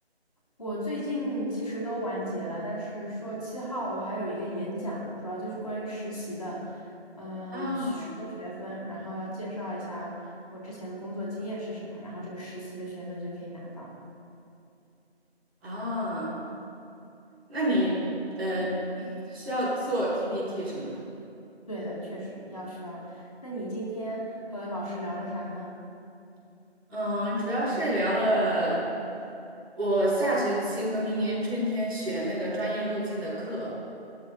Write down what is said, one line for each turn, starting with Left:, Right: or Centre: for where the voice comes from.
Left: 我最近其实都完结了，但是说七号我还有一个演讲，主要就是关于实习的，嗯，
Centre: 啊
Left: 十个学分，然后要介绍一下我之前的工作经验是什么，然后这个实习的学分就可以拿到。
Centre: 啊，那你呃需要做 PPT 什么的吗？
Left: 对的，确实要需要。那你今天和老师聊了啥呢？
Centre: 嗯，主要是聊了我下学期和明年春天选那个专业路径的课。